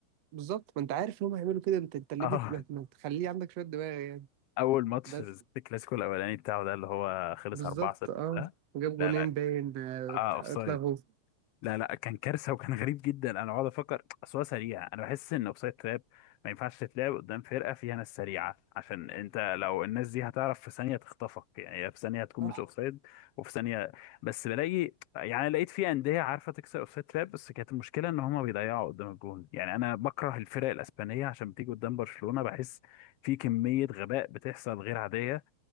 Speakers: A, on the right (about 65°); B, on the left (about 75°).
A: بالظبط ما أنت عارف إن هم هيعملوا كده أنت
B: <laughs>
A: أنت ليه
B: اه
A: بت- ما ما تخليه عندك شوية دماغ يعني
B: اول ماتش
A: بس
B: بالذات الكلاسيكو الاولاني بتاعه ده اللي هو خلص
A: بالظبط
B: 4 6
A: أه
B: ده
A: جاب
B: لا
A: جونين
B: لا
A: باين آه،
B: اه
A: اتلغوا
B: اوفسايد لا لا كان كارثه وكان غريب جدا انا بقعد افكر اصل هو سريع انا بحس ان اوفسايد تراب ما ينفعش تتلعب قدام فرقه فيها ناس سريعه عشان انت لو الناس دي هتعرف في ثانيه تخطفك يعني هي في ثانيه هتكون
A: صح
B: مش اوفسايد وفي ثانيه بس بلاقي يعني لقيت في انديه عارفه تكسر اوفسايد تراب بس كانت المشكله ان هما بيضيعوا قدام الجون يعني انا بكره الفرق الاسبانيه عشان بتيجي قدام برشلونه بحس في كميه غباء بتحصل غير عاديه